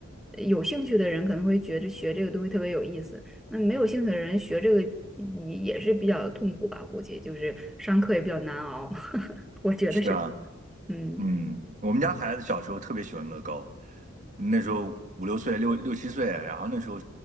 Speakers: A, in the centre; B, on the right.
A: 呃有兴趣的人可能会觉得学这个东西特别有意思。那没有兴趣的人学这个也也是比较痛苦吧，估计就是上课也比较难熬，<laughs> 我觉得是，
B: 是啊，
A: 嗯。
B: 嗯，我们家孩子小时候特别喜欢乐高，那时候五六岁、六六七岁，然后那时候